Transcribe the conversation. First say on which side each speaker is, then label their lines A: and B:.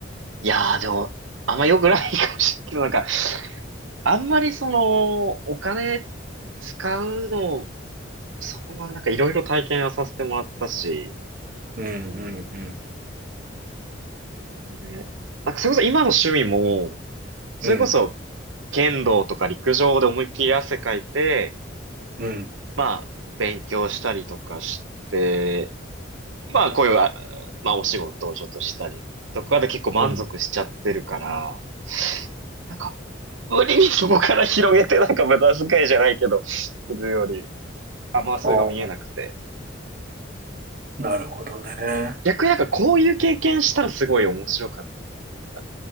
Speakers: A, on the right; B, on the right.
A: いやー、でも、あんま良くないかもしれないけど、なんか、あんまりその、お金使うの、そこまでなんかいろいろ体験はさせてもらったし、
B: うん、うん、
A: うん。
B: うん、
A: これなんかそれこそ今の趣味も、それこそ、
B: うん、
A: 剣道とか陸上で思いっきり汗かいて、
B: うん、
A: まあ、勉強したりとかして、まあ、こういう、あまあ、お仕事をちょっとしたりとかで結構満足しちゃってるから、
B: うん。
A: なんか、無理にそこから広げてなんか無駄遣いじゃないけど、するより、あんまそれが見えなくて。
B: ああ、なるほどね。
A: 逆になんかこういう経験したらすごい面白かったとかあったら、